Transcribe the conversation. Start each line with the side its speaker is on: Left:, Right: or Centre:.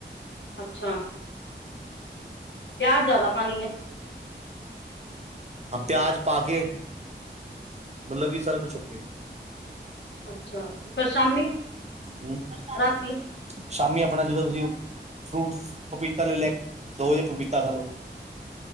Left: ਅੱਛਾ ਪਿਆਜ਼ ਜਿਆਦਾ ਪਾਣੀ ਹੈ
Right: ਾਂ ਪਿਆਜ ਪਾ ਕੇ ਮਤਲਬ ਕਿ ਸਾਰਾ ਕੁੱਛ ੇ
Left: ਅੱਛਾ ਫਿਰ ਸ਼ਾਮੀ
Right: ਹ ਸ਼
Left: ਰਾਤੀ
Right: ਸ਼ਾਮੀ ਆਪਣਾ ਜਿੱਦੋਂ ਤੁਸੀਂ ਫਰੂਟ ਪਪੀਤਾ ਲੈ ਲਿਆ ਦੋ ਜੇ ਪਪੀਤਾ ਖਾ ਲਓ